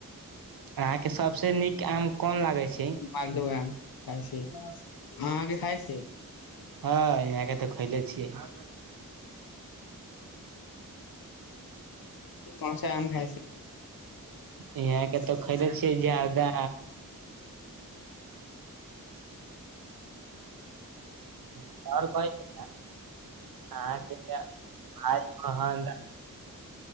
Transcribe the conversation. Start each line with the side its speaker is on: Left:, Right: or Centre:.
Right: अहाँके सबसे नीक आम कोन लागे छै
Left: मालदआम खाई छि हँ आगे खाय छि
Right: हँ यहाँके तऽ खयले छियै
Left: कोन सा आम खाइ
Right: यहाँ के तऽ
Left: <inaudible> <inaudible> कह <unintelligible>
Right: खैले छियै जादा आओर कहै छै अहाँके भाय बहन